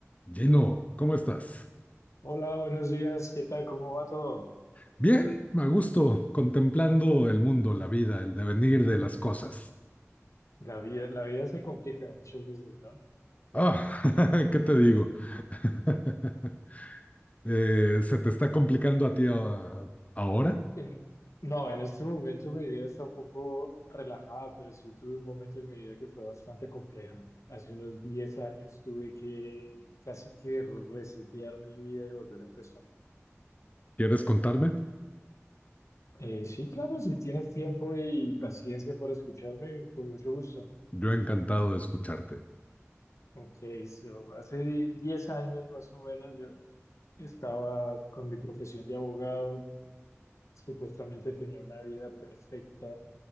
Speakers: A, on the left; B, on the left.
A: Gino, ¿cómo estás?
B: Hola, buenos días. ¿Qué tal? ¿Cómo va todo?
A: Bien, a gusto, contemplando el mundo, la vida, el devenir de las cosas.
B: La vida, la vida se complica muchas veces, ¿no?
A: Ah, <laughs> ¿qué te digo? <laughs> Eh, ¿se te está complicando a ti ah, ahora?
B: En- no, en este momento mi vida está un poco relajada, pero sí tuve un momento en mi vida que fue bastante compleja. Hace unos 10 años tuve que casi que resetear mi vida y volver a empezar.
A: ¿Quieres contarme?
B: Eh, sí, claro, si tienes tiempo y paciencia por escucharme, con mucho gusto.
A: Yo encantado de escucharte.
B: Ok, so, hace di- 10 años más o menos yo estaba con mi profesión de abogado Supuestamente tenía una vida perfecta,